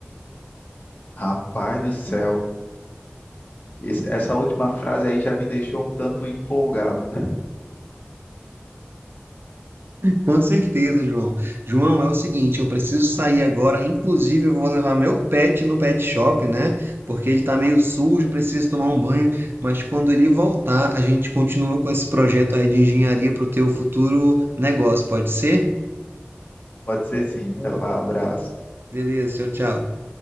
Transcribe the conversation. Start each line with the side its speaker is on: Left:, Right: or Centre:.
Left: Rapaz do céu. Esse- essa última frase aí já me deixou um tanto empolgado.
Right: Com certeza, João. João, é o seguinte, eu preciso sair agora. Inclusive, eu vou levar meu pet no pet shop, né? Porque ele tá meio sujo, preciso tomar um banho. Mas quando ele voltar, a gente continua com esse projeto aí de engenharia para o teu futuro negócio, pode ser?
Left: Pode ser sim. Vai lá, abraço.
Right: Beleza, tchau, tchau.